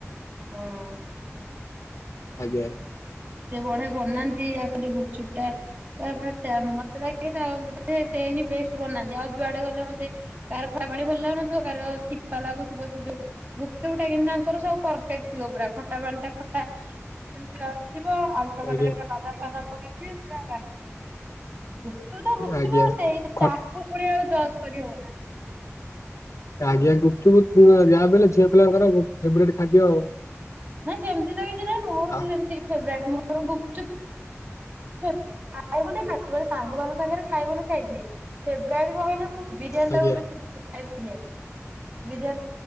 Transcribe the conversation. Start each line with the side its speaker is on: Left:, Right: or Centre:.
Right: ନାଁ ନାଁ।
Left: ଆଜ୍ଞା।
Right: ସେ ବଢିଆ ବନାନ୍ତି ଆକଚୁଆଲି ଗୁପ୍ ଚୁପ ଟା ତାପରେ ଟା ମତେ ଲାଗେ ବଧେ ସେଟି ବେଷ୍ଟ ବନାହାନ୍ତି ଆଉ ଯୁଆଡେ ଗଲେ ମତେ କାହାର ଖରାପ ପାଣି ଭଲ ଲାଗୁନଥିବ କାହାର ଶିପା ଲାଗୁଥିବ ସେ ଯୋଉ ଗୁପଚୁପ୍ ଟା କିନ୍ତ ତାଙ୍କର ସବୁ ପରଫେକ୍ଟ ଥିବ ପୁରା ଖଟା ପାଣିଟା ଖଟା। ମତି ଯିବ ଆଉ ଘଣ୍ଟୁର
Left: ଆଜ୍ଞା।
Right: ବାଦାମ ଫାଦାମ କରେଇଛି। <unintelligible> ଗୁପ୍ ଚୁପ୍ ତ ଗୁପଚୁପ
Left: ଆଜ୍ଞା
Right: ଆଉ ସେଇ
Left: ଖଟ
Right: ତାକୁ ପୁଣି ଆଉ ଜଜ କରିହବ ନା।
Left: ଆଜ୍ଞା ଗୁପଛୁପ ଯାହାଲେ ଝିଅ ପିଲାଙ୍କ ଫେଭରିଟ ଖାଦ୍ୟ ଆଉ।
Right: ନାଇଁ ସେମିତି ତ କିଛି ନାଇଁ ମୋର ତ
Left: ଆ
Right: ଏମିତି ଫେବରାଇଟ ଗୁପଚୁପ ଖ ଖାଇ ମେ ସାଙ୍ଗ ମାନଙ୍କ ସାଙ୍ଗରେ ଖାଇ ବୋଲି ଖାଇଛି ଫେବୃଆରୀ କହିଲେ ଉଁ ବିରିୟାନୀ
Left: ଆଜ୍ଞା
Right: ଟାକୁ ବେଶୀ ଖ ବିରିୟାନୀ।